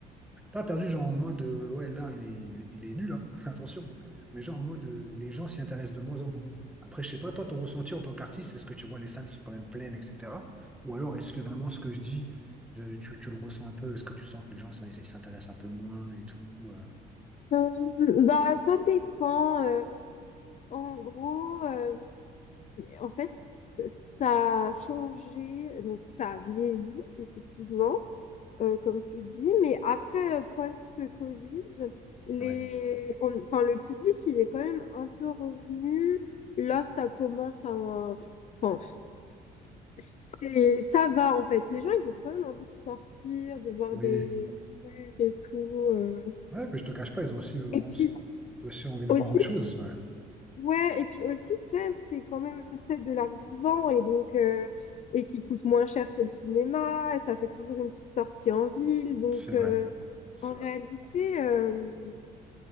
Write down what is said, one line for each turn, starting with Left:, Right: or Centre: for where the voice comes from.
Centre: pas perdu, genre en mode, euh, ouais, l'art, il est, il est, il est nul, hein, <laughs> attention. Mais genre en mode, euh, les gens s'y intéressent de moins en moins. Après, je sais pas, toi, ton ressenti en tant qu'artiste, est-ce que tu vois les salles sont quand même pleines, etc. Ou alors, est-ce que vraiment ce que je dis, je- tu, tu le ressens un peu? Est-ce que tu sens que les gens ça, ils s'intéressent un peu moins et tout? Ou, euh,
Left: Euh, bah ça dépend. euh, En gros, euh, en fait, c- ça a changé, donc ça a vieilli, effectivement, euh, comme tu dis, mais après, euh, post-Covid, les...
Centre: ouais.
Left: on- enfin, le public, il est quand même un peu revenu. Là, ça commence à... Enfin, c- c'est... ça va, en fait. Les gens, ils ont quand même envie de sortir, de voir
Centre: Oui.
Left: des trucs et tout. euh.
Centre: Ouais, mais je te cache pas, ils ont aussi, euh,
Left: Et
Centre: ont
Left: puis
Centre: aussi aussi envie de
Left: aussi,
Centre: voir autre chose. ouais.
Left: Ouais, et puis aussi, tu sais, c'est quand même, tu sais, de l'art vivant et donc, euh, et qui coûte moins cher que le cinéma, et ça fait toujours une petite sortie en ville. Donc,
Centre: C'est
Left: euh,
Centre: vrai, c'est
Left: en réalité,
Centre: vrai.
Left: euh,